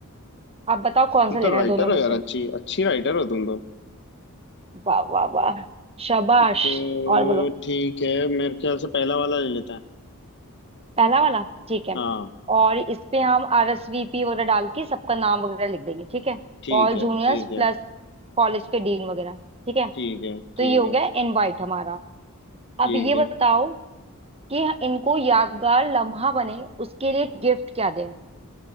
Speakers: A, on the right; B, on the left.
A: आप बताओ कौन
B: तुम
A: सा
B: तो
A: लेना
B: राइटर
A: है दोनों
B: हो
A: में
B: यार
A: से
B: अच्छी अच्छी राइटर हो तुम तो
A: वाह वाह वाह शाबाश
B: तो
A: और बोलो
B: ठीक है मेरे ख्याल से पहला वाला ले लेते हैं
A: पहला वाला ठीक है
B: हाँ
A: और इस पे हम आर एस वी पी वगैरह डाल के सबका नाम वगैरह लिख देंगे ठीक है
B: ठीक
A: ऑल
B: है
A: जूनियर्स
B: ठीक है
A: प्लस कॉलेज के डीन वगैरह ठीक है
B: ठीक है ठीक
A: तो ये हो
B: है
A: गया इनवाइट हमारा
B: ठीक
A: अब ये
B: है
A: बताओ कि इनको यादगार लम्हा बने उसके लिए गिफ्ट क्या दें